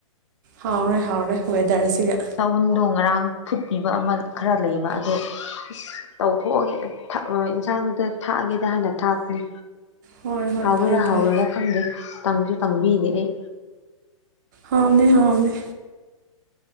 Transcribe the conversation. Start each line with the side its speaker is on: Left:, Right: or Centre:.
Right: ꯍꯥꯎꯔꯦ ꯍꯥꯎꯔꯦ ꯋꯦꯗꯔꯁꯤꯒ꯫
Left: ꯆꯎꯟꯗꯣ ꯉꯔꯥꯡ ꯐꯨꯠꯄꯤꯕ ꯑꯃ ꯈꯔ ꯂꯩꯕ ꯑꯗꯣ, ꯇꯧꯊꯣꯛꯑꯒꯦ ꯏꯟꯁꯥꯡꯗꯨꯗ ꯊꯥꯛꯑꯒꯦꯗ ꯍꯥꯏꯅ ꯊꯥꯛꯄꯅꯤ꯫
Right: ꯍꯣꯏ ꯍꯣꯏ
Left: ꯍꯥꯎꯒꯦꯔꯥ
Right: ꯐꯩ ꯐꯩ
Left: ꯍꯥꯎꯔꯣꯏꯔꯥ ꯈꯪꯗꯦ ꯇꯪꯁꯨ ꯇꯪꯕꯤꯗꯤ ꯑꯩ꯫
Right: ꯍꯥꯎꯅꯦ ꯍꯥꯎꯅꯦ